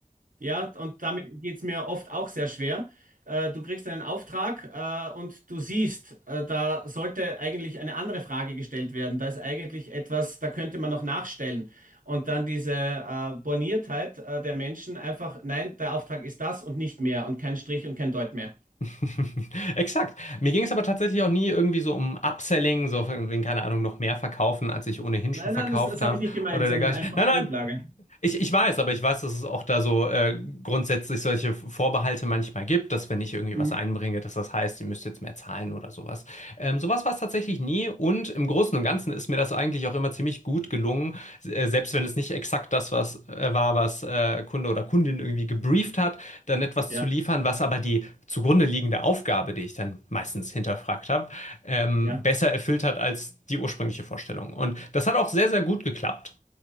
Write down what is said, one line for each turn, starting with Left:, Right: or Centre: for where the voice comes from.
Right: Ja, und damit geht's mir oft auch sehr schwer. Äh, du kriegst einen Auftrag, äh, und du siehst, äh, da sollte eigentlich eine andere Frage gestellt werden. Da ist eigentlich etwas, da könnte man noch nachstellen. Und dann diese äh, Borniertheit äh, der Menschen einfach, nein, der Auftrag ist das und nicht mehr und kein Strich und kein Deut mehr.
Left: <laughs> Exakt. Mir ging es aber tatsächlich auch nie irgendwie so um Upselling, so von wegen, keine Ahnung, noch mehr verkaufen, als ich ohnehin
Right: Nein,
Left: schon verkauft
Right: nein, das, das
Left: habe
Right: habe ich nicht gemeint,
Left: oder
Right: sondern
Left: dergleichen.
Right: einfach
Left: Nein, nein,
Right: Grundlage.
Left: ich, ich weiß, aber ich weiß, dass es auch da so äh, grundsätzlich solche Vorbehalte manchmal gibt, dass wenn ich irgendwie
Right: Mhm.
Left: was einbringe, dass das heißt, ihr müsst jetzt mehr zahlen oder sowas. Ähm, sowas war es tatsächlich nie und im Großen und Ganzen ist mir das eigentlich auch immer ziemlich gut gelungen, äh, selbst wenn es nicht exakt das was, äh, war, was äh, Kunde oder Kundin irgendwie gebrieft hat, dann etwas
Right: Ja,
Left: zu liefern, was aber die zugrunde liegende Aufgabe, die ich dann meistens hinterfragt habe, ähm,
Right: ja,
Left: besser erfüllt hat als die ursprüngliche Vorstellung. Und das hat auch sehr, sehr gut geklappt.